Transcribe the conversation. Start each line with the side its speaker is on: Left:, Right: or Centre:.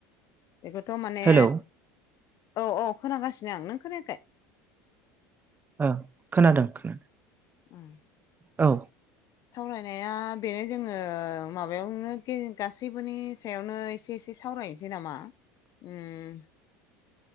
Left: बेखौथ' माने।
Right: हेलौ
Left: औ औ खोनागासिनो आं नों खोनायाखै।
Right: ओ खोनादों खोनादों।
Left: ओम।
Right: औ।
Left: सावरायनाया बेनो जोङो माबायावनो गासैबोनि सायावनोसे। एसे एसे सावरायनोसै नामा ओम।